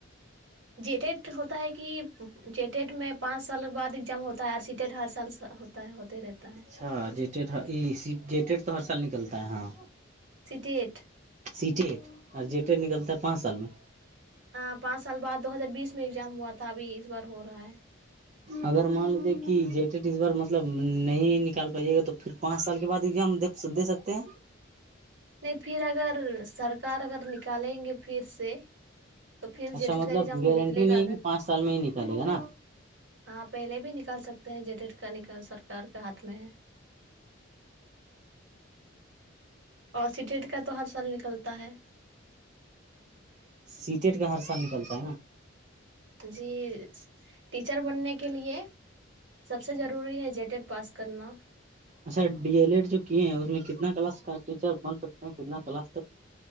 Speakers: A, on the right; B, on the right.
A: جے ٹیٹ ہوتا ہے کہ جے ٹیٹ میں پانچ سال بعد ایگزام ہوتا ہے آر سی ٹیٹ ہر سال ط ہوتے رہتا ہے
B: اچھا جیٹیڈ جیٹیڈ تو ہر سال نکلتا ہے ہاں
A: سٹی ایٹ
B: سیٹی اور جیٹ نکلتا ہے پانچ سال میں
A: ہ پانچ سال بعد دو ہزار بیس میں ایگزام ہوا تھا ابھی اس بار ہو رہا ہے
B: اگر مان لیجے کہ جے ٹیٹ اس بار مطلب نہیں نکال پائیے گا تو پھر پانچ سال کے بعد ایزام د س دے سکتے ہیں
A: نہیں پھر اگر سرکار اگر نکالیں گے پھر سے تو پھر
B: اچھا
A: جیٹیٹ
B: مطلب
A: کا ایگزام
B: گارنٹی
A: نکلے
B: نہیں
A: گا اگر
B: ہے کہ پانچ سال میں ہی نکلے گا نا
A: ہاں پہلے بھی نکال سکتے ہیں جے ڈیڈ کا نکال سرکار کے ہاتھ میں ہے اور سٹیٹ کا تو ہر سال نکلتا ہے
B: سیٹیٹ کا ہر سال نکلتا ہے نا
A: جی ٹیچر بننے کے لیے سب سے ضروری ہے جےٹیٹ پاس کرنا
B: اچھا ڈی ایل ایڈ جو کیے ہیں اس میں کتنا کلاس کا ٹیچر بن سکتے ہیں کتنا کلاس تک